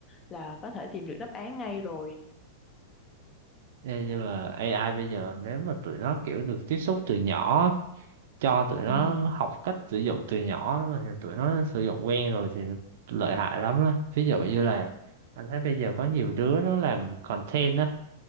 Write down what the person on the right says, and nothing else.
Ê, nhưng mà AI bây giờ nếu mà tụi nó kiểu được tiếp xúc từ nhỏ cho tụi nó
học cách sử dụng từ nhỏ mà thì tụi nó sử dụng quen rồi thì lợi hại lắm đó ví dụ như là anh thấy bây giờ có nhiều đứa nó làm content á